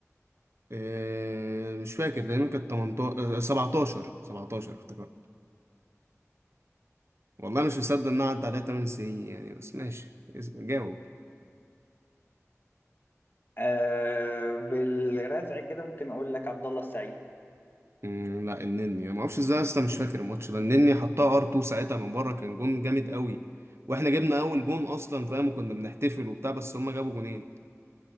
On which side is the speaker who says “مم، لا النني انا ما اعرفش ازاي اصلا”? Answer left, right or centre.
Right